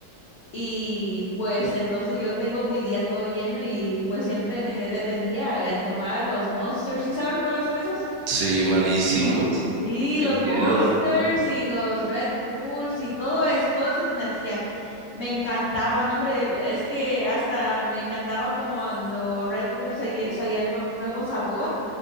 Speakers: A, on the left (about 80°); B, on the right (about 80°).
A: Y pues entonces yo tengo mi día todo lleno y pues siempre dependía en tomar los Monsters. ¿sí sabes cuáles son esos?
B: Sí, malísimos.
A: Sí,
B: Qué
A: los
B: miedo.
A: Monsters y los Red Bulls y todo eso, todo eso de energía. Me encantaba, no, hombre, es que hasta me encantaba como cuando Red Bull salía, salía con un nuevo sabor,